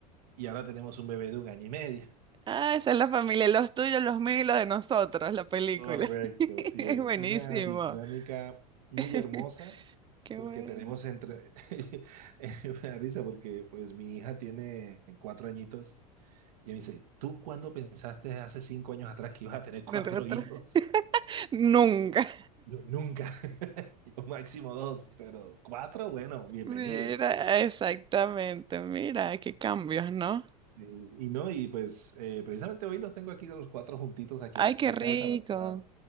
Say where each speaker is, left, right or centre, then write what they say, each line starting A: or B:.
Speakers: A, on the right; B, on the right.
A: y ahora tenemos un bebé de un año y medio.
B: Ah, esa es la familia, los tuyos, los míos y los de nosotros, la película.
A: Correcto,
B: <laughs>
A: sí,
B: Es
A: es
B: buenísimo.
A: una dinámica muy
B: <laughs>
A: hermosa
B: Qué
A: porque
B: bueno.
A: tenemos entre, <laughs> es una risa porque pues mi hija tiene cuatro añitos Y me dice, ¿tú cuándo pensaste hace cinco años atrás que ibas a tener cuatro
B: Nosotros
A: hijos?
B: nunca.
A: Yo, nunca. <laughs> Yo, máximo dos, pero cuatro, bueno, bienvenidos.
B: Mira, exactamente. Mira, qué cambios, ¿no?
A: Sí, y no, y pues eh, precisamente hoy los tengo aquí los cuatro juntitos aquí
B: Ay,
A: en
B: qué
A: la
B: rico.
A: casa. Ahorita